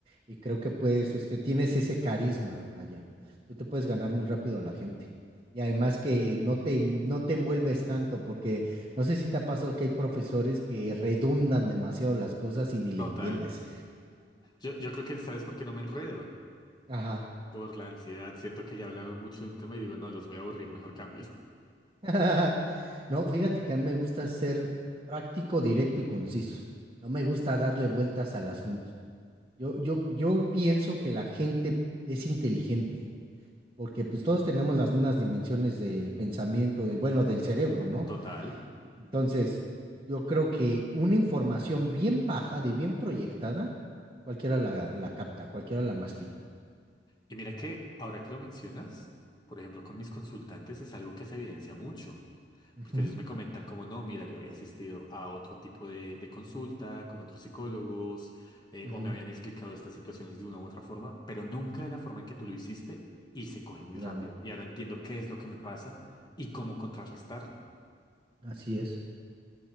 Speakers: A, on the right; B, on the left.
A: y creo que puedes, este, tienes ese carisma, vaya, tú te puedes ganar muy rápido a la gente. Y además que no te, no te envuelves tanto, porque no sé si te ha pasado que hay profesores que redundan demasiado las cosas y ni le
B: Total.
A: entiendes.
B: Yo, yo creo que sabes por qué no me enredo.
A: Ajá.
B: Por la ansiedad. Siento que ya he hablado mucho de un tema y digo, no, los voy a aburrir, mejor cambio.
A: <laughs> No, fíjate que a mí me gusta ser práctico, directo y conciso. No me gusta darle vueltas al asunto. Yo, yo, yo pienso que la gente es inteligente, porque pues todos tenemos las mismas dimensiones de pensamiento, de, bueno, del cerebro, ¿no?
B: <laughs> Total.
A: Entonces, yo creo que una información bien bajada y bien proyectada, cualquiera la, la capta, cualquiera la mastica.
B: Y mira que ahora que lo mencionas, por ejemplo, con mis consultantes es algo que se evidencia mucho.
A: Ujú.
B: Porque ellos me comentan como, no, mira, yo había asistido a otro tipo de, de consulta con otros psicólogos, eh,
A: Ujú,
B: o me habían explicado estas situaciones de una u otra forma, pero nunca de la forma en que tú lo hiciste y se coge muy
A: claro,
B: rápido. Y ahora entiendo qué es lo que me pasa y cómo contrarrestarlo.
A: así es.